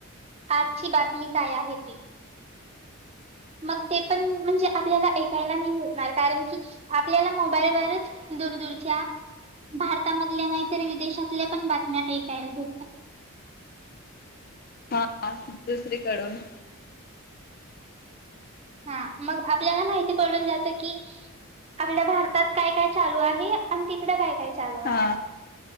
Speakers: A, on the right; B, on the left.
A: आजची बातमी काय आहे ती मग ते पण म्हणजे आपल्याला ऐकायला नाही भेटणार कारण की आपल्याला मोबाईलवरच दूर दूरच्या भारतामधल्या नाही तर विदेशातल्या पण बातम्या ऐकायला भेटतात
B: हा दुसरीकडून
A: हा मग आपल्याला माहिती पडून जाते की आपल्या भारतात काय काय चालू आहे. आणि तिकडं काय काय चालू
B: हा
A: आहे.